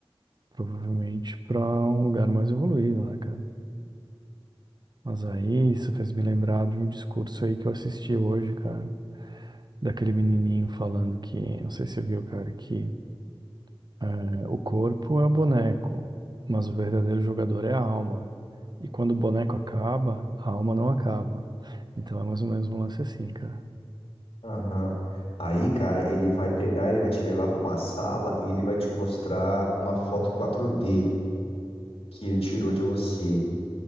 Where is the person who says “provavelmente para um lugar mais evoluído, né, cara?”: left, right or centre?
Right